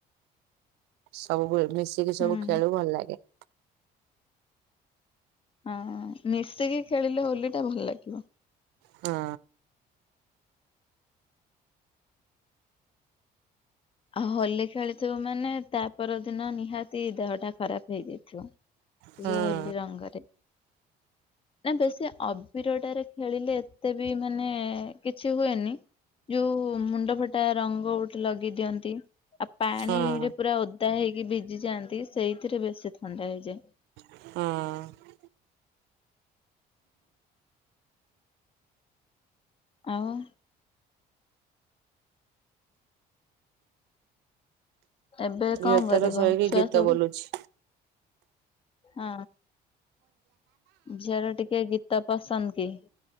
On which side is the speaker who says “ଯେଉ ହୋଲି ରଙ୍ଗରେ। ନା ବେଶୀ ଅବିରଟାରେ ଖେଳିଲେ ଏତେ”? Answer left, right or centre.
Left